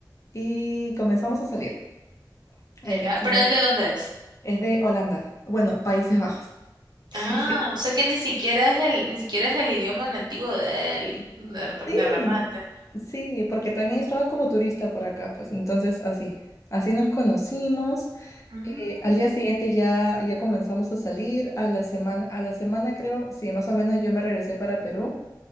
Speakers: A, on the left; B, on the right.
A: y comenzamos a salir. El
B: ya.
A: día
B: ya.
A: siguiente
B: ¿Pero él de dónde es?
A: es de Holanda, bueno, Países Bajos. <laughs>
B: Ah, o sea que ni siquiera es el, ni siquiera es el idioma nativo de él, de,
A: Sí,
B: de remate.
A: sí, porque también estaba como turista por acá, pues entonces así, así nos conocimos.
B: Mm,
A: Eh, al día siguiente
B: <laughs>
A: ya, ya comenzamos a salir, a la semana, a la semana creo, sí, más o menos yo me regresé para Perú